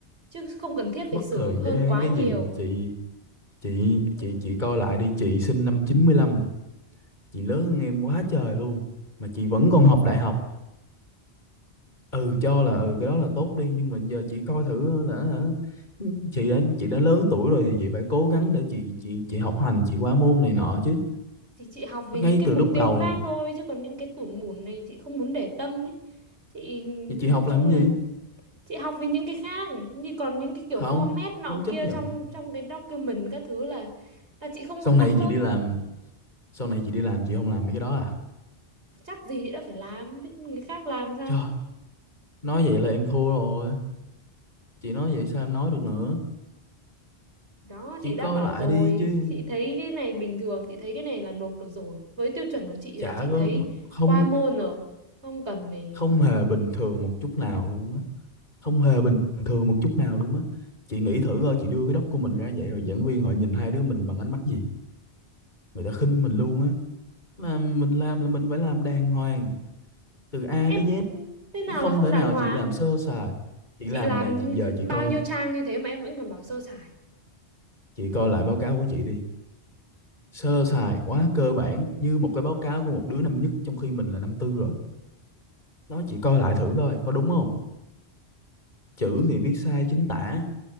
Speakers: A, on the right; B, on the left.
A: chứ không cần thiết phải
B: mất
A: sửa
B: thời
A: hơn
B: gian
A: quá
B: cái gì
A: nhiều
B: chị chị
A: Ừ,
B: chị chị coi lại đi chị sinh năm chín mươi lăm chị lớn hơn em quá trời luôn mà chị vẫn còn học đại học ừ cho là ừ cái đó là tốt đi nhưng mà giờ chị coi thử là hả, chị đã chị đã lớn tuổi rồi thì chị phải cố gắng để chị chị chị học hành chị qua môn này nọ chứ
A: thì chị học vì
B: ngay
A: những cái
B: từ
A: mục
B: lúc
A: tiêu
B: đầu
A: khác thôi chứ còn những cái tủn mủn này chị không muốn để tâm ấy chị
B: thì
A: nhìn
B: chị học
A: chung
B: làm cái
A: là
B: gì
A: chị học với những cái khác như còn những cái kiểu
B: không
A: format nọ
B: không chấp
A: kia
B: nhận
A: trong trong cái document các thứ là là chị không
B: sau
A: có quan
B: này chị
A: tâm
B: đi làm sau này chị đi làm chị không làm mấy cái đó à
A: chắc gì chị đã phải làm biết người khác làm sao
B: trời nói vậy là em thua rồi chị nói vậy sao em nói được nữa
A: đó chị
B: chị
A: đã
B: coi
A: bảo
B: lại
A: rồi
B: đi chứ
A: chị thấy cái này bình thường chị thấy cái này là nộp được rồi với tiêu chuẩn của chị
B: chả
A: là chị
B: có
A: thấy
B: không
A: qua môn rồi không cần phải
B: không hề
A: gọi
B: bình thường một chút nào luôn á không hề bình thường một chút nào luôn á chị nghĩ thử coi chị đưa cái doc của mình ra vậy rồi giảng viên họ nhìn hai đứa mình bằng ánh mắt gì người ta khinh mình luôn á mà mình làm là mình phải làm đàng hoàng từ A
A: em
B: tới Z
A: thế nào
B: chứ không
A: là không
B: thể
A: đàng
B: nào
A: hoàng
B: chị làm sơ sài chị
A: chị
B: làm
A: làm
B: nè chị
A: như
B: giờ
A: thế-
B: chị
A: bao
B: coi
A: nhiêu trang như thế mà em vẫn còn bảo sơ sài
B: chị coi lại báo cáo của chị đi sơ sài quá cơ bản như một cái báo cáo của một đứa năm nhất trong khi mình là năm tư rồi đó chị coi lại thử coi có đúng không chữ thì viết sai chính tả